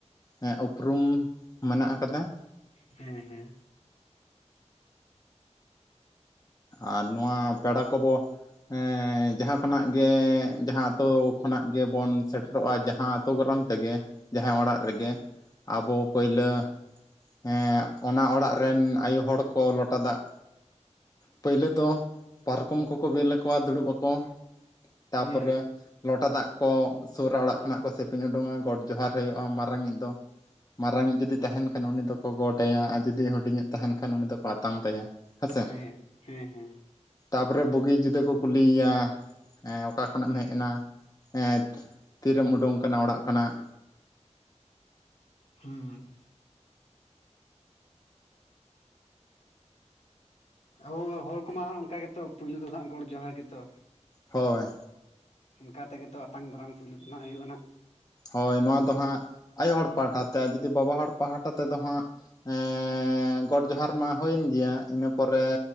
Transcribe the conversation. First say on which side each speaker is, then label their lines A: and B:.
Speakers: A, on the left; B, on the left.
A: ᱮᱸ ᱩᱯᱨᱩᱢ ᱢᱮᱱᱟᱜ ᱟᱠᱟᱫᱟ
B: ᱦᱮᱸ ᱦᱮᱸ
A: ᱟᱨ ᱱᱚᱣᱟ ᱯᱮᱲᱟ ᱠᱚᱵᱚ ᱮᱸ ᱡᱟᱦᱟᱸ ᱠᱷᱚᱱᱟᱜ ᱜᱮ ᱡᱟᱦᱟᱸ ᱟᱛᱳ ᱠᱷᱚᱱᱟᱜ ᱜᱮᱵᱚᱱ ᱥᱮᱴᱮᱨᱚᱜᱼᱟ ᱡᱟᱦᱟᱸ ᱛᱚ ᱜᱚᱨᱚᱢ ᱛᱮᱜᱮ ᱡᱟᱦᱟᱸᱭ ᱚᱲᱟᱜ ᱨᱮᱜᱮ ᱟᱵᱚ ᱯᱳᱹᱭᱞᱟᱹ ᱮᱸ ᱚᱱᱟ ᱚᱲᱟᱜ ᱨᱮᱱ ᱟᱭᱳ ᱦᱚᱲ ᱠᱚ ᱞᱚᱴᱟ ᱫᱟᱜ ᱯᱚᱭᱞᱟ. ᱫᱳ ᱯᱟᱨᱠᱚᱢ ᱠᱚᱠᱚ ᱵᱤᱞ ᱟᱠᱚᱣᱟ ᱫᱩᱲᱩᱵ ᱟᱠᱚ ᱛᱟᱯᱚᱨᱮ
B: ᱦᱮᱸ
A: ᱞᱚᱴᱟ ᱫᱟᱜ ᱠᱚ ᱥᱩᱨᱟ ᱚᱲᱟᱜ ᱠᱷᱚᱱᱟᱜ ᱠᱚ ᱥᱮᱯᱤᱧ ᱩᱰᱩᱝᱼᱟ ᱜᱚᱴ ᱡᱚᱦᱟᱨ ᱦᱩᱭᱩᱜᱼᱟ ᱢᱟᱨᱟᱝ ᱤᱡ ᱫᱚ ᱢᱟᱨᱟᱝᱤᱡ ᱡᱩᱫᱤ ᱛᱟᱦᱮᱱ ᱠᱷᱟᱱ ᱩᱱᱤ ᱫᱚᱠᱚ ᱜᱚᱰ ᱟᱭᱟ ᱟᱨ ᱡᱩᱫᱤ ᱦᱩᱰᱤᱧ ᱤᱡ ᱛᱟᱦᱮᱱ ᱠᱷᱟᱱ ᱩᱱᱤ ᱫᱚᱠᱚ ᱟᱛᱟᱝ ᱛᱟᱭᱟ ᱦᱮᱸᱥᱮ
B: ᱦᱮᱸ ᱦᱮᱸ ᱦᱮᱸ
A: ᱛᱟᱯᱚᱨᱮ ᱵᱩᱜᱤ ᱡᱩᱫᱟᱹ ᱠᱚ ᱠᱩᱞᱤᱭᱮᱭᱟ ᱦᱮᱸ ᱚᱠᱟ ᱠᱷᱚᱮ
B: ᱦᱩᱸ
A: ᱮᱢ ᱦᱮᱡ ᱮᱱᱟ ᱦᱮᱸ ᱛᱤᱨᱮᱢ ᱩᱰᱩᱝ ᱠᱟᱱᱟ ᱚᱲᱟᱜ ᱠᱷᱚᱱᱟᱜ
B: ᱦᱩᱸ ᱟᱵᱚ ᱦᱚᱲ ᱠᱚᱢᱟ ᱦᱟᱸᱜ ᱚᱱᱠᱟ ᱜᱮᱛᱚ ᱯᱩᱭᱞᱩ ᱫᱚ ᱱᱟᱦᱟᱸᱜ ᱜᱚᱰ ᱡᱚᱦᱟᱨ ᱜᱮᱛᱚ
A: ᱦᱚᱭ
B: ᱚᱱᱠᱟ ᱛᱮᱜᱮ ᱛᱚ ᱟᱛᱟᱝ ᱫᱟᱨᱟᱢ ᱯᱩᱭᱞᱩ ᱫᱚ ᱱᱟᱦᱟᱸᱜ ᱦᱩᱭᱩᱜ-ᱟ ᱱᱟᱦᱟᱸᱜ
A: ᱦᱚᱭ ᱱᱚᱶᱟ ᱫᱚ ᱦᱟᱸᱜ ᱟᱭᱳ ᱦᱚᱲ ᱯᱟᱦᱴᱟ ᱛᱮ ᱡᱩᱫᱤ ᱵᱟᱵᱟ ᱦᱚᱲ ᱯᱟᱦᱴᱟ ᱛᱮᱫᱚ ᱦᱟᱸᱜ ᱮᱸᱻ ᱜᱚᱰ ᱡᱚᱦᱟᱨ ᱢᱟ ᱦᱩᱭ ᱮᱱ ᱜᱮᱭᱟ ᱤᱱᱟᱹ ᱯᱚᱨᱮ